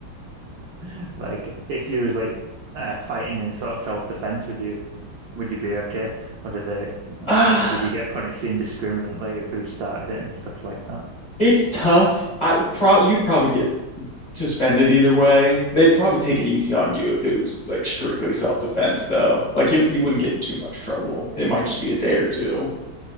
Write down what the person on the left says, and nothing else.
Ah,
it's tough. I prob you'd probably get suspended either way. They'd probably take it easy on you if it was like strictly self-defense though. Like it, you wouldn't get in too much trouble. It might just be a day or two.